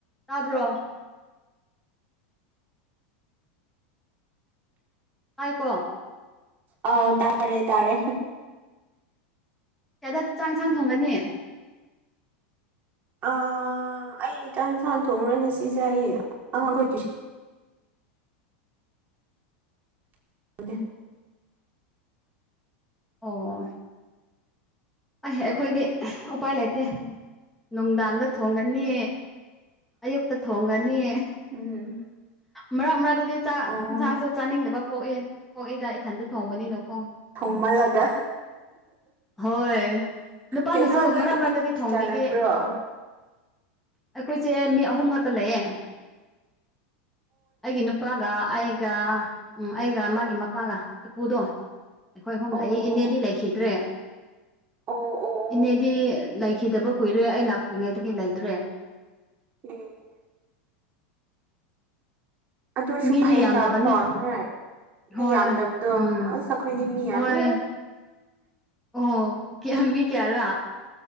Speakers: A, in the centre; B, on the right (about 30°).
A: ꯇꯥꯕ꯭ꯔꯣ ꯇꯥꯏ ꯀꯣ
B: ꯑꯥ ꯇꯥꯔꯦ ꯇꯥꯔꯦ
A: ꯀꯌꯥꯗ ꯆꯥꯛ ꯏꯪꯁꯥꯡ ꯊꯣꯡꯒꯅꯤ
B: ꯑꯥ ꯑꯩ ꯆꯥꯛ ꯏꯟꯁꯥꯡ ꯊꯣꯡꯉꯔꯣꯏ ꯉꯁꯤꯁꯦ ꯑꯩ ꯑꯉꯥꯡꯈꯣꯏ ꯇꯨꯏꯁ <inaudible>
A: ꯑꯣ ꯑꯩ ꯑꯩꯈꯣꯏꯗꯤ ꯎꯄꯥꯏ ꯂꯩꯇꯦ
B: ꯎꯝ
A: ꯅꯨꯡꯗꯥꯡꯗ ꯊꯣꯡꯒꯅꯤ ꯑꯌꯨꯛꯇ ꯊꯣꯡꯒꯅꯤ
B: ꯎꯝ
A: ꯃꯔꯛ ꯃꯔꯛꯇꯗꯤ ꯆꯥꯛ
B: ꯑꯣ
A: ꯏꯟꯁꯥꯡꯁꯨ ꯆꯥꯅꯤꯡꯗꯕ ꯄꯣꯛꯑꯦ ꯄꯣꯛꯑꯦꯗ ꯏꯊꯟꯗ ꯊꯣꯡꯕꯅꯤꯅꯀꯣ
B: ꯊꯣꯡꯃꯜꯂꯒ
A: ꯍꯣꯏ ꯅꯨꯄꯥꯅꯁꯨ
B: ꯀꯩꯅꯣ ꯅꯣꯏ
A: ꯃꯔꯛ ꯃꯔꯛꯇꯗꯤ
B: ꯏꯃꯨꯡ ꯃꯤ
A: ꯊꯣꯡꯕꯤꯒꯦ
B: ꯀꯌꯥ ꯂꯩꯕ꯭ꯔꯣ ꯑꯣ
A: ꯑꯩꯈꯣꯏꯁꯦ ꯃꯤ ꯑꯍꯨꯝ ꯈꯠꯇ ꯂꯩꯌꯦ ꯑꯩꯒꯤ ꯅꯨꯄꯥꯒ ꯑꯩ ꯒ ꯎꯝ ꯑꯩꯒ ꯃꯥꯒꯤ ꯃꯄꯥꯒ ꯏꯄꯨꯗꯣ ꯑꯩꯈꯣꯏ ꯑꯍꯨꯝ
B: ꯑꯣ
A: ꯂꯩ ꯏꯅꯦꯗꯤ ꯂꯩꯈꯤꯗ꯭ꯔꯦ
B: ꯑꯣ ꯑꯣ ꯑꯣ
A: ꯏꯅꯦꯗꯤ ꯂꯩꯈꯤꯗꯕ ꯀꯨꯏꯔꯦ ꯑꯩ ꯂꯥꯛꯇ꯭ꯔꯤꯉꯩ ꯗꯒꯤ ꯂꯩꯇ꯭ꯔꯦ
B: <unintelligible> ꯑꯗꯨꯏꯁꯨ
A: ꯃꯤꯗꯤ
B: ꯐꯩꯅꯀꯣ
A: ꯌꯥꯝꯗꯕꯅꯦ
B: ꯅꯣꯏ ꯃꯤ
A: ꯍꯣꯏ
B: ꯌꯥꯝꯗꯕꯗꯣ
A: ꯎꯝ
B: ꯑꯁ ꯑꯈꯣꯏꯒꯤ ꯃꯤ ꯌꯥꯝꯃꯦ
A: ꯍꯣꯏ ꯑꯣ ꯀ꯭ꯌꯥ ꯃꯤ ꯀꯌꯥꯔ